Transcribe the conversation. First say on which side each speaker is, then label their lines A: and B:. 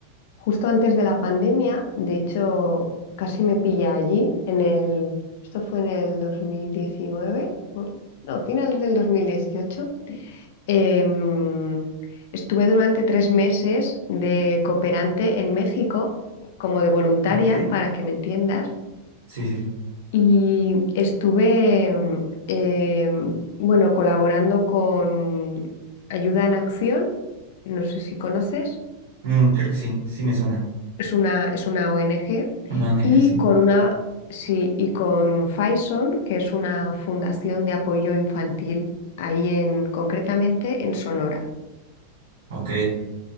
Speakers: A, on the left (about 50°); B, on the right (about 60°).
A: justo antes de la pandemia, de hecho, casi me pilla allí, en el, esto fue en el 2019, o- no, finales del 2018, em, estuve durante tres meses de cooperante en México como de voluntaria,
B: Ok,
A: para que me entiendas,
B: sí, sí, sí.
A: y estuve, mm, eh, bueno, colaborando con Ayuda en Acción, no sé si conoces,
B: Mm, creo que sí, sí me suena.
A: es una, es una ONG,
B: Una ONG,
A: y
B: sí.
A: con una, sí, y con Faison, que es una fundación de apoyo infantil, ahí en, concretamente en Sonora.
B: Ok.